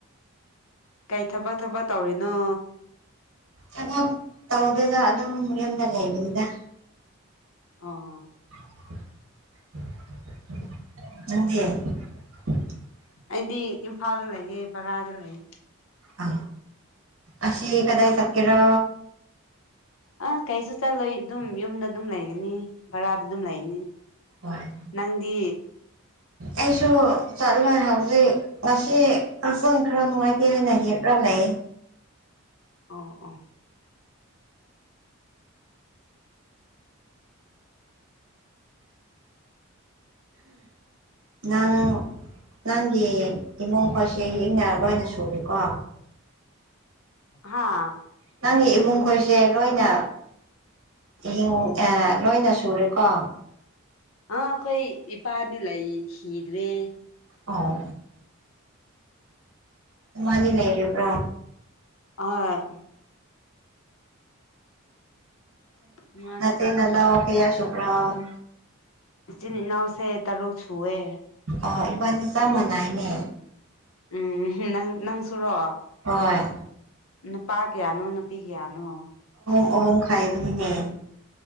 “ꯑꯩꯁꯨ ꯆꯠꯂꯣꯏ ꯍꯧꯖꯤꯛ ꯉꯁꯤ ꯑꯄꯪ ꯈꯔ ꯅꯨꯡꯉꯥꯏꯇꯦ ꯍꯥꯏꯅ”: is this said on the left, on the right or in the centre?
Right